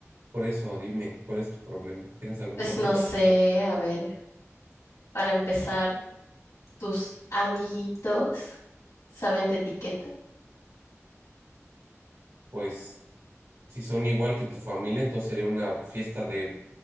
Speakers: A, on the right (about 80°); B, on the left (about 80°).
A: Por eso, dime, ¿cuál es tu problema? ¿Tienes algún
B: Pues
A: problema?
B: no sé, a ver, para empezar, ¿tus amiguitos saben de etiqueta?
A: pues si son igual que tu familia, entonces sería una fiesta de